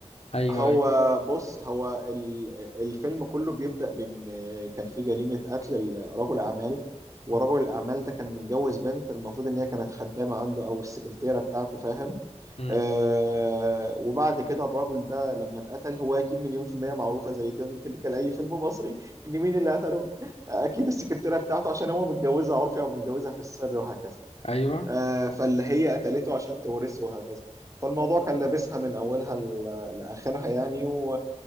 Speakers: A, on the left (about 60°); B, on the right (about 25°).
A: ايوه
B: هو
A: ايوه
B: بص هو ال- الفيلم كله بيبدأ بإن كان في جريمة قتل رجل أعمال ورجل
A: مم.
B: الأعمال ده كان متجوز بنت المفروض إن هي كانت خدامة عنده أو السكرتيرة بتاعته فاهم
A: مم.
B: آه وبعد كده الراجل ده لما اتقتل هو أكيد مليون في المية معروفة زي تلك أي فيلم مصري إن مين اللي قتله؟ أكيد السكرتيرة بتاعته عشان هو متجوزها عرفي أو متجوزها في السر وهكذا
A: ايوه
B: آه، فاللي هي قتلته عشان تورثه وهكذا فالموضوع كان لابسها من اولها ل- لاخرها يعني و...